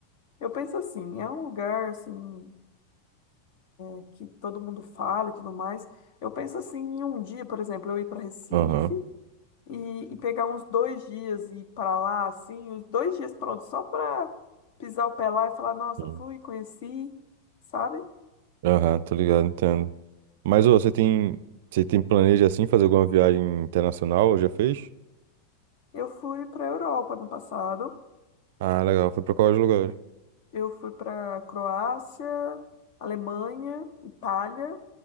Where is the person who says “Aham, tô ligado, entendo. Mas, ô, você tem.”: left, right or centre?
Right